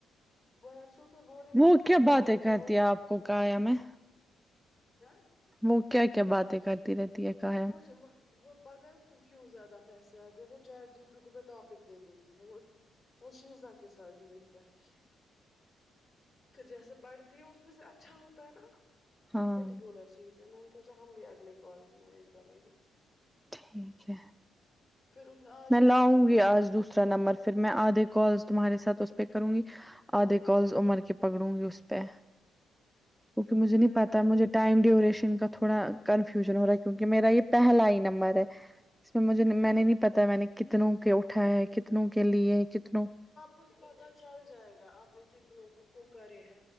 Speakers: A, on the left; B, in the centre.
A: بر سو سو بوری تھی
B: وہ
A: نا
B: کیا
A: آجؤ
B: باتیں
A: آجؤ
B: کرتی ہے آپ کو کایا میں
A: ک
B: وہ کیا کیا باتیں کرتی رہتی کاا
A: وہ جو وہ پت ہے اس کو کیوں زیادہ پیسے آتے ہیں وہ چیٹ جی پی ٹی میں ٹاپک دے دیتی ہے وہ وہ شیزا کے ساتھ بھی وہی کرتی ہے پھر جیسے پڑھتی ہے اس میں سے اچھا ہوتا ہے نا
B: ہاں
A: پرٹیکولر چیز ہے میں نے سوچا ہم بھی اگلے کالز میں ویٹ کریں گے
B: ٹھیک ہے
A: پھر اس
B: میں
A: اس
B: لاؤں
A: نے مجھے بولا
B: گی آج دوسر نمبر پھر میں آدھے کال تمہارے ساتھ اس پہ کروں گی آدھے کالز عمر کے پکڑوں گی اس پہ کیونکہ مجھے
A: میں
B: نہیں پتا
A: پھر
B: مجھے ٹائم
A: نا
B: ڈیوریشن کا تھوڑا کنفیوژن ہو رہا ہے کیونکہ میرا یہ پہلا ہی نمبر ہے اس میں مجھے میں نے تا میں نے کتنوں کے اٹھاائے ہے کتنوں کے لیے ہیں کتنوں
A: کچھ پتا چل جائے گا آپ نے کتنوں کو کرے ہیں